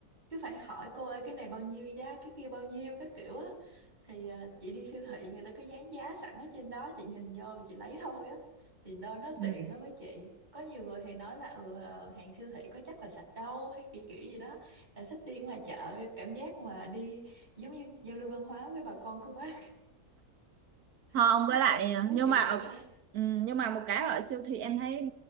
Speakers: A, on the right; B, on the right.
A: cứ phải hỏi cô ơi cái này bao nhiêu giá cái kia bao nhiêu các kiểu á thì à, chị đi siêu thị người ta cứ dán giá sẵn ở trên đó chị nhìn vô chị lấy thôi á thì nó nó tiện
B: Ừ.
A: đối với chị có nhiều người thì nói là ừ ờ, hàng siêu thị có chắc là sạch đâu hay kiểu kiểu gì đó là thích đi ngoài chợ cảm giác mà đi giống như giao lưu văn hóa với bà con cô bác
B: Không,
A: <laughs>
B: với lại
A: ờ,
B: ờ,
A: nói
B: nhưng
A: chuyện
B: mà ở-
A: đó
B: ừ, nhưng mà một cái ở siêu thị em thấy ừ,